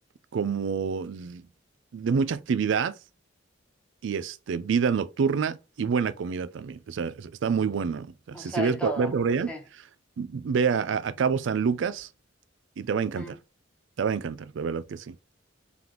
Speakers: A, on the right (about 70°); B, in the centre.
A: como de mucha actividad y este, vida nocturna y buena comida también. O sea, es- está muy bueno. O sea,
B: O
A: si,
B: sea,
A: si
B: de
A: ves
B: todo,
A: por, vete por allá,
B: sí.
A: ve a, a- a Cabo San Lucas y te va a encantar.
B: Mm,
A: Te va a encantar, de verdad que sí.